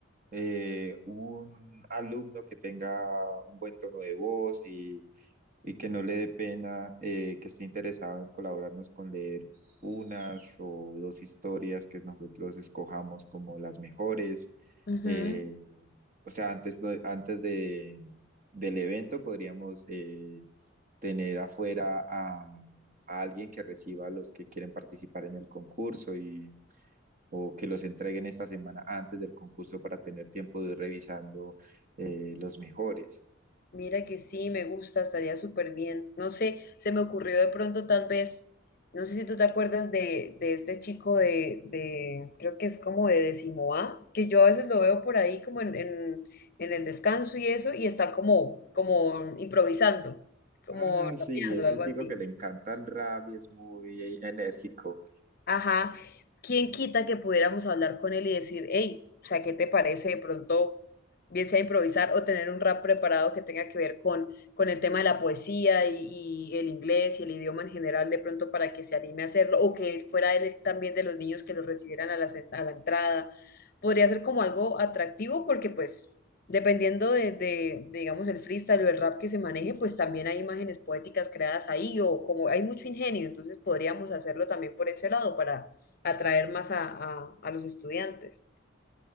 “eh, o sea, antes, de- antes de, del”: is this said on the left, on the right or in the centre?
Right